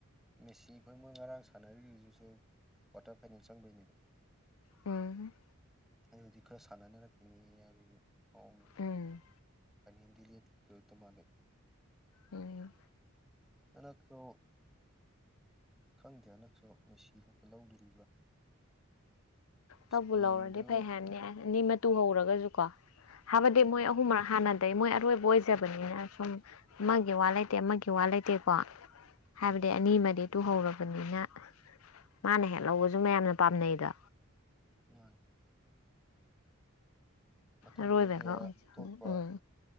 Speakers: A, in the centre; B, on the left.
A: ꯃꯦꯁꯤ ꯈꯣꯏ ꯃꯣꯏ ꯉꯔꯥꯡ ꯁꯥꯟꯅꯔꯤꯗꯨꯁꯨ ꯀ꯭ꯋꯥꯇꯔ ꯐꯥꯏꯅꯦꯜ ꯆꯪꯕꯩꯅꯦꯕ
B: ꯎꯝ
A: ꯑꯩ ꯍꯧꯖꯤꯛ ꯈꯔ ꯁꯥꯟꯅꯅꯔꯛꯈꯤꯅꯤ ꯍꯥꯏꯕꯒꯤ ꯃꯑꯣꯡꯅꯤ
B: ꯎꯝ
A: ꯐꯥꯏꯅ‌ꯦꯟꯗꯤ ꯂ‌ꯦꯞꯈꯤꯔ‌ꯣꯏꯇ ꯃꯥꯅꯦ
B: ꯎꯝ
A: ꯍꯟꯗꯛꯁꯨ ꯈꯪꯗꯦ ꯍꯟꯗꯛꯁꯨ ꯃ‌ꯦꯁꯤꯅ ꯂꯧꯗꯣꯔꯤꯕ꯭ꯔꯥ ꯏꯁꯄꯦꯟꯁꯨ
B: ꯂꯧꯕꯨ ꯂꯧꯔꯗꯤ ꯐꯩ ꯍꯥꯏꯕꯅꯤ ꯑꯅꯤ ꯃꯇꯨ ꯍꯧꯔꯒꯁꯨ ꯀꯣ ꯍꯥꯏꯕꯗꯤ
A: ꯎꯝ
B: ꯃꯣꯏ ꯑꯍꯨꯝꯔ ꯍꯥꯟꯅ ꯗꯩ ꯃꯣꯏ ꯑꯔꯣꯏꯕ ꯑꯣꯏꯖꯕꯅꯤꯅ ꯁꯨꯝ ꯑꯃꯒꯤ ꯋꯥ ꯂꯩꯇꯦ ꯑꯃꯒꯤ ꯋꯥ ꯂꯩꯇꯦꯀꯣ ꯍꯥꯏꯕꯗꯤ
A: ꯎꯝ
B: ꯑꯅꯤꯃꯗꯤ ꯇꯨꯍꯧꯔꯕꯅꯤꯅ ꯃꯥꯅ ꯍꯦꯛ ꯂꯧꯕꯁꯨ ꯃꯌꯥꯝꯅ ꯄꯥꯝꯅꯩꯗꯣ
A: ꯃꯥꯅꯤ ꯃꯊꯪꯗꯩꯗꯤ
B: ꯑꯔꯣꯏꯕꯒ
A: ꯑꯇꯣꯞꯄ
B: ꯑꯣꯏꯖꯕꯅꯤ ꯎꯝ